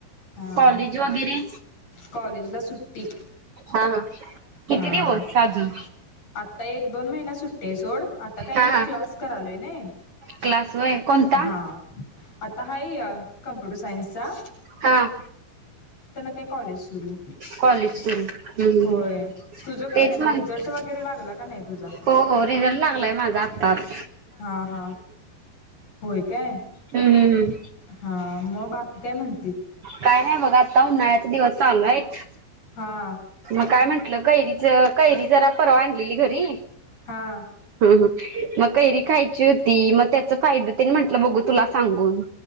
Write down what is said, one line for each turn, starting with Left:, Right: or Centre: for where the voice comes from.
Left: हा
Right: कॉलेज वगैरे?
Left: कॉलेजला सुट्टी.
Right: हा हा किती
Left: हां
Right: दिवस
Left: <unintelligible>
Right: अजून
Left: आता एक दोन महिना सुट्टी आहे सोड आता काय
Right: हा
Left: मी
Right: हा
Left: क्लास करालोय नाही.
Right: क्लास होय कोणता
Left: हां आता हाय या कंप्युटर सायन्सचा.
Right: हां.
Left: तय कॉलेज सुरू.
Right: कॉलेज सुरू होवून
Left: होय तुझं कसं
Right: तेच
Left: आहे मग
Right: म्हणते,
Left: रिझल्ट वगैरे लागला का नाही तुझा
Right: हो हो रिझल्ट लागलाय माझा आताच
Left: हा हा होय काय?
Right: हम्म हम्म
Left: हा मग बाकी काय म्हण
Right: काय नाही बघ आज? आता उन्हाळ्याचे दिवस चालू हाईत
Left: हा
Right: म काय म्हंटलं? कैरीच, कैरी जरा परवा आणलेली घरी
Left: हा.
Right: म कैरी खाय ची होती, मग त्याच फायद तेन म्हंटलं, बघू तुला सांगून.